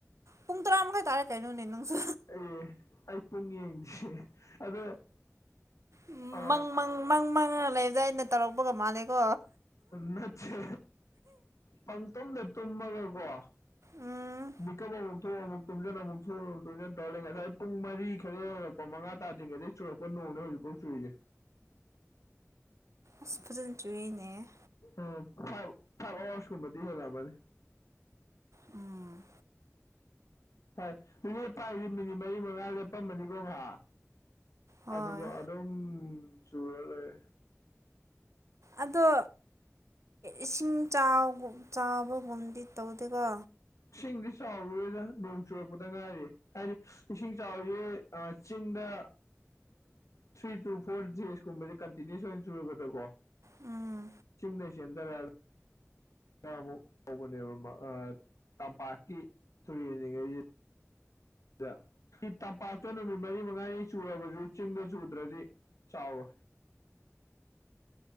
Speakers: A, on the right; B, on the left.
A: ꯄꯨꯡ ꯇꯔꯥ ꯃꯈꯥꯏ ꯇꯥꯔꯦ ꯀꯩꯅꯣꯅꯦ ꯅꯪꯁꯨ
B: ꯑꯣ ꯑꯩ ꯄꯨꯡ ꯌꯦꯡꯗꯤꯌ ꯑꯗꯣ
A: ꯎ
B: ꯑ
A: ꯃꯪ ꯃꯪ ꯃꯪ ꯃꯪ ꯂꯩꯕꯖ ꯑꯩꯅ ꯇꯧꯔꯛꯄꯒ ꯃꯥꯜꯂꯦꯀꯣ
B: ꯅꯠꯇꯦ ꯄꯪꯇꯣꯝꯗ ꯇꯨꯝꯃꯒꯀꯣ
A: ꯑꯥ
B: ꯃꯤꯀꯞ ꯑꯃꯨꯛ ꯊꯣꯛ ꯑꯃꯨꯛ ꯇꯨꯝꯁꯤꯟ ꯑꯃꯨꯛꯁꯨ ꯇꯨꯝꯖꯟ ꯇꯧꯔ ꯂꯩ ꯉꯁꯥꯏ ꯄꯨꯡ ꯃꯔꯤ ꯈꯔ ꯍꯦꯟꯔꯛꯄ ꯃꯉꯥ ꯇꯥꯗ꯭ꯔꯤꯉꯩꯗꯩ ꯆꯨꯂꯛꯄ ꯅꯣꯡꯁꯦ ꯍꯧꯖꯤꯛꯐꯥꯎ ꯆꯨꯔꯤꯌꯦ
A: ꯑ ꯐꯖꯅ ꯆ꯭ꯨꯏꯅꯦ
B: ꯎ ꯐꯥꯏꯚ ꯐꯥꯏꯚ ꯑꯋꯥꯔꯁꯀꯨꯝꯕꯗꯤ ꯍꯦꯂꯝꯂꯅꯤ
A: ꯎꯝ
B: ꯐꯥꯏ ꯐꯥꯏꯁꯤ ꯃꯤꯅꯤꯠ ꯃꯔꯤ ꯃꯉꯥ ꯂꯦꯞꯄꯝꯕꯅꯤꯀꯣ ꯉꯍꯥꯛ
A: ꯍꯣꯏ
B: ꯑꯗꯨꯒ ꯑꯗꯨꯝ ꯎꯝ ꯆꯨꯔꯂꯩꯔꯦ
A: ꯑꯗꯣ ꯏꯁꯤꯡ ꯆꯥꯎꯕꯒꯨꯝꯗꯤ ꯇꯧꯗꯦꯀꯣ
B: ꯏꯁꯤꯡꯗꯤ ꯆꯥꯎꯔꯔꯣꯢꯗ ꯅꯣꯡ ꯆꯨꯔꯛꯄꯗ ꯉꯥꯏꯔꯤꯌꯦ ꯍꯥꯏꯗꯤ ꯏꯁꯤꯡ ꯆꯥꯎꯔꯤꯁꯦ ꯆꯤꯡꯗ ꯊ꯭ꯔꯤ ꯇꯨ ꯐꯣꯔ ꯖꯦꯁ ꯀꯨꯝꯕꯁꯦ ꯀꯟꯇꯤꯅꯨꯁ ꯑꯣꯏꯅ ꯆꯨꯔꯒꯗꯀꯣ
A: ꯎꯝ
B: ꯆꯤꯡꯗꯒꯤ ꯆꯦꯗꯔꯒ ꯈ ꯑꯃꯨꯛ ꯍꯧꯕꯅꯦꯕ ꯇꯝꯄꯥꯛꯀꯤ ꯇꯨꯔꯦꯟꯜꯂꯤꯉꯩꯁꯤ <unintelligible> ꯑꯩ ꯇꯝꯄꯥꯛꯇ ꯅꯨꯃꯤꯠ ꯃꯔꯤ ꯃꯉꯥꯅꯤ ꯆꯨꯔꯕꯁꯨ ꯆꯤꯡꯗ ꯆꯨꯗ꯭ꯔꯗꯤ ꯆꯥꯎꯋꯦ